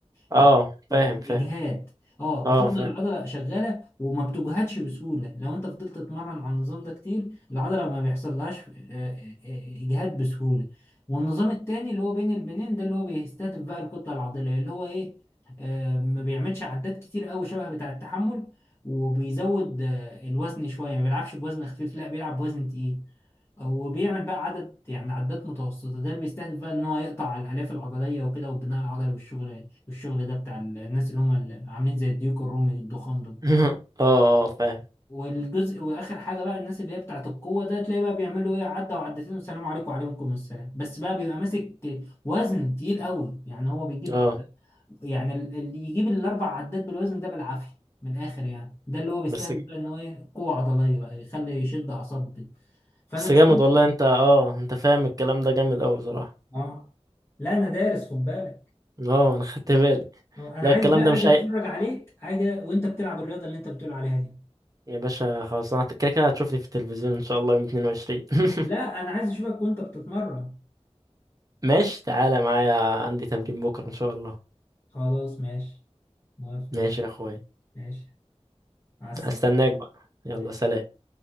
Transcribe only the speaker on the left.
ال
آه، الاجهاد
اه
بتفضل
العضله شغاله وما بتجهدش بسهولة لو انت فضلت تتمرن على النظام ده كتير العضلة ما بيحصلهاش آه، آه، آه، اجهاد بسهولة والنظام التاني اللي هو بين البنين ده اللي هو بيستهدف بقى الكتلة العضلية اللي هو ايه آه، ما بيعملش عدات كتير قوي شبه بتاع التحمل وبيزود آه، الوزن شوية ما بيلعبش بوزن خفيف لا بيلعب بوزن تقيل وبيعمل بقى عدد يعني عدات متوسطة ده اللي بيستهدف بقى ان هو يقطع الالياف العضلية وكده والبناء العضلي والشغل والشغل ده بتاع الناس اللي هم اللي عاملين زي الديوك الرومي الضخام دول
والجزء واخر حاجه بقى الناس اللي هي بتاعت القوه ده تلاقي بقى بيعملوا ايه عدى وعدتين والسلام عليكم وعليكم السلام بس بقى بيبقى ماسك وزن تقيل قوي يعني هو بيجيب
يعني ال- اللي يجيب الاربع عدات بالوزن ده بالعافيه من الاخر يعني ده اللي هو بيستهدف
بقى ان هو ايه قوه عضليه بقى يخلي يشد اعصابه كده فانا
بستمتع
بيه.
اه لا انا دارس خد بالك
آه، انا
عايز
بقى
اجي
اتفرج عليك حاجه وانت بتلعب الرياضه اللي انت بتقول عليها دي
لا انا عايز اشوفك وانت بتتمرن
خلاص ماشي موافق
ماشي مع السلامة
ماشي